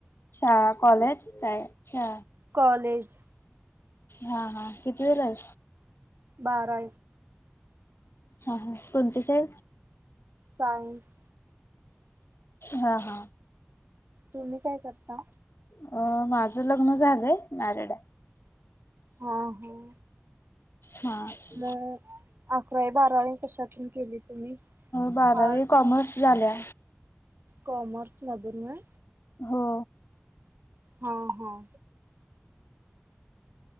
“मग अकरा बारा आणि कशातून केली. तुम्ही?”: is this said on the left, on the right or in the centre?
Right